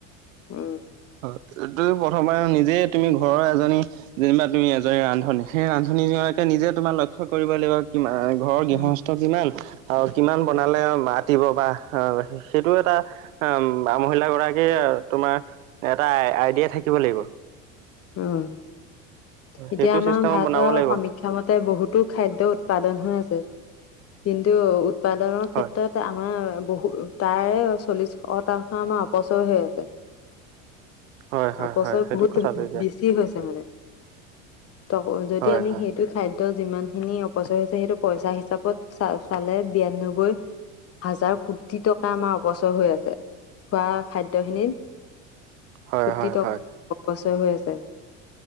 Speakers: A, on the left; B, on the right.
A: উম
B: এই প্ৰথমাৰ নিজে তুমি ঘৰৰ এজনী যেনিবা তুমি এজনী ৰান্ধনী সেই ৰান্ধনী দুৰাকে নিজে তোমাৰ লক্ষ্য কৰিব লাগিব কি ঘৰৰ গৃহস্থ
A: উম
B: কিমান আৰু কিমান বনালে মতিব বা অ সেইটো এটা হ মহিলা গৰাকীৰ তোমাৰ এটা আইডিয়া থাকিব লাগিব।
A: উ এতিয়া
B: সেইটো
A: আমাৰ
B: চিষ্টেমত
A: ভাৰতৰ
B: বনাব লাগিব
A: সমীক্ষাামতে বহুতো খাদ্্য উৎপাদন হৈ আছে কিন্তু উৎপাদনৰ
B: হয়
A: ক্ষেত্ৰত আমাৰ বহুত উ তাৰে চল্লিশ শতাংশ আমাৰ অপচয় হৈ আছে
B: হয় হয়
A: অ ফচল
B: হয় সেইটো
A: বহুত
B: কথাটো এতিয়া
A: বেছি হৈছে মানে ত যদি
B: হয়
A: আমি
B: হয়
A: সেইটো খাদ্য যিমান খিনি অপচয় হৈছে সেইটো পইচা হিচাপত চ চালে বিয়নব্বৈ হাজাৰ কোটি টকা আমাৰ অপচয় হৈ আছে খোৱা খাদ্যখিনিত
B: হয়
A: কোটি
B: হয়
A: টকা
B: হয়
A: বচৰ হৈ আছে